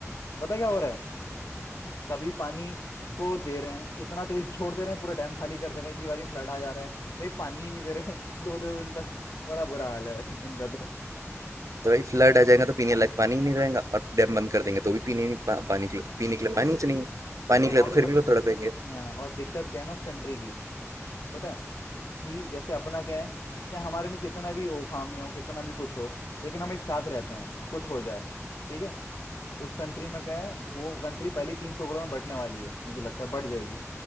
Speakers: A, on the left; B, on the right.
A: पता है क्या हो रहा है कभी पानी को दे रहे हैं इतना तेज छोड़ दे रहे हैं पूरा डैम खाली कर दे रहे हैं कि बारी में फ्लड आ जा रहा है भाई पानी ही नहीं दे रहे हैं <laughs> दो दो दिन तक बड़ा बुरा हाल है भाई उनका तो
B: तो भाई फ्लड आ जाएगा तो पीने लायक पानी ही नहीं रहेगा और डैम बंद कर देंगे तो भी पीने नहीं- पा, पानी के लिए पीने के लिए पानी ही नहीं है। पानी
A: और
B: के
A: वहां
B: लिए
A: पे
B: तो
A: ब-
B: फिर भी वो तड़पेंगे
A: हाँ और दिक्कत क्या है ना उस कंट्री की पता है कि जैसे अपना क्या है चाहे हमारे में कितना भी हो खामी हो कितना भी कुछ हो लेकिन हम एक साथ रहते हैं कुछ हो जाए ठीक है उस कंट्री में क्या है वो कंट्री पहले तीन टुकड़ों में बंटने वाली है मुझे लगता है बढ़ जाएगी